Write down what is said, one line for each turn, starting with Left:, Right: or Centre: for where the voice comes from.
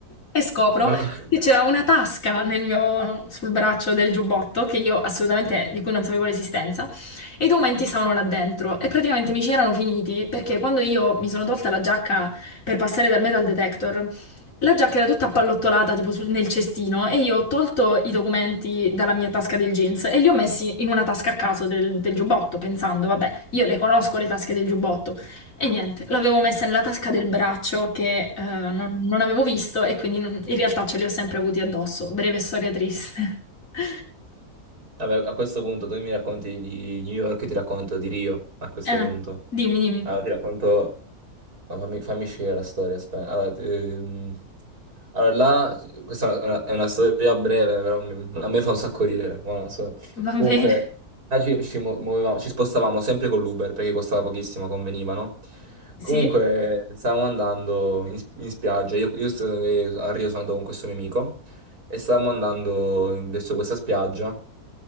Left: e scopro
Right: Ma <laughs>
Left: che c'era una tasca nel mio, sul braccio del giubbotto che io assolutamente di cui non sapevo l'esistenza e i documenti stavano là dentro e praticamente mi ci erano finiti perché quando io mi sono tolta la giacca per passare dal metal detector, la giacca era tutta appallottolata tipo sul- nel cestino e io ho tolto i documenti dalla mia tasca del jeans e li ho messi in una tasca a caso del, del giubbotto pensando, vabbè, io le conosco le tasche del giubbotto, e niente, l'avevo messa nella tasca del braccio che eh, non, non avevo visto e quindi non- in realtà ce li ho sempre avuti addosso. Breve storia triste. <laughs>
Right: vabbè, a questo punto tu mi racconti di New York, io ti racconto di Rio, a questo
Left: Eh,
Right: punto.
Left: dimmi, dimmi.
Right: Allora, ti racconto No, fammi, fammi scegliere la storia, aspetta. Allora, ehm, allora, là, questa è una, è una storia breve, però mi- a me fa un sacco ridere, ma non so.
Left: Va
Right: Comunque,
Left: bene.
Right: là ci, ci mu- muovevamo- ci spostavamo sempre con l'Uber perché costava pochissimo, conveniva, no?
Left: Sì,
Right: Comunque, stavamo andando in, in spiaggia, io, io sto- eh, a Rio sono andato con questo mio amico e stavamo andando verso questa spiaggia